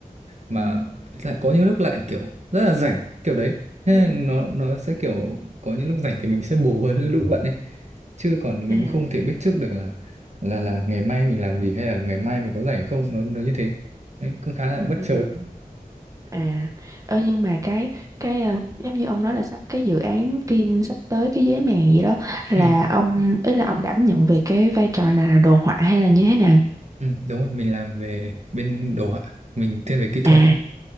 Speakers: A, on the right; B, on the right.
A: mà
B: Ừ.
A: lại có những lúc lại kiểu rất là rảnh kiểu đấy thế
B: Ừ.
A: là nó nó sẽ kiểu có những lúc rảnh thì mình sẽ bù hơn những lúc bận ấy chứ còn mình
B: À,
A: không thể biết trước được là là là ngày mai mình làm gì hay là ngày mai mình có rảnh không nó nó như thế đấy cũng khá là
B: ừ,
A: bất
B: ừ,
A: chợt
B: ừ, ừ. à, ơ nhưng mà cái cái ờ, giống như ông nói là sắp cái dự án phim sắp tới cái giấy mèn gì đó là
A: ừ,
B: ông ý là ông đảm nhận về cái vai trò là đồ họa hay là như thế nào?
A: ừ, đúng rồi mình làm về bên đồ họa mình thiên về kỹ thuật
B: À,
A: đấy